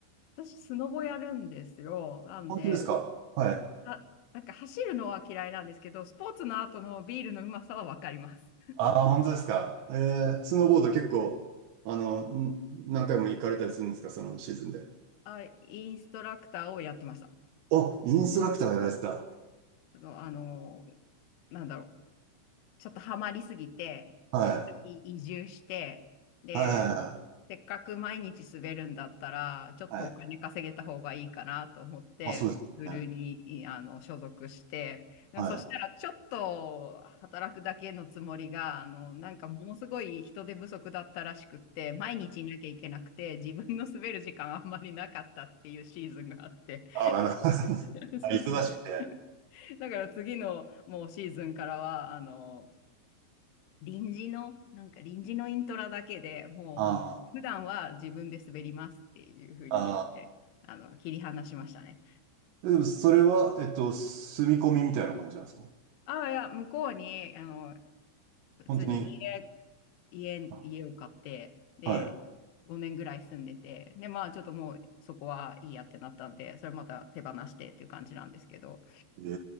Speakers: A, on the left; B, on the right.
A: 私、スノボやるんですよ。なんで、
B: 本当ですかはい。
A: あ、なんか走るのは嫌いなんですけど、スポーツの後のビールのうまさはわかります。
B: ああ、本当ですか。えー、スノーボード結構、あの、ん何回も行かれたりするんですかそのシーズンで。
A: あ、インストラクターをやってました。
B: あ、インストラクターやられてた。
A: ちょっとあのなんだろうちょっとハマりすぎて、
B: はい。
A: 一回移住して、で、
B: はいはい
A: せっかく毎日滑るんだったら、ちょっとお金稼げた方がいいかなと思って、
B: はい。はい。まあそうですよね。
A: スクールに、いあの、所属して、でもそしたら、
B: はい。
A: ちょっと働くだけのつもりが、あの、なんかものすごい人手不足だったらしくって、毎日いなきゃいけなくて、自分の滑る時間あんまりなかったっていうシーズンがあって、
B: ああ、なるほど。<laughs>
A: <laughs> そうそうそう。
B: あ忙しくて。
A: だから次のもうシーズンからは、あの、臨時の、なんか臨時のイントラだけでもう、
B: あ
A: あの、普段は自分で滑りますっていうふうに言って、
B: あ、あ
A: あの、切り離しましたね。
B: あ。でもそれは、えっと、住み込みみたいな感じなんですか
A: ああ、いや、向こうに、あの、普通に家、
B: 本当に。
A: 家、
B: あ
A: 家を買って、で、
B: は
A: 5年ぐらい住んでて、で、まあ、ちょっともうそこはいいやってなったんで、それまた手放してっていう感じなんですけど、
B: い。え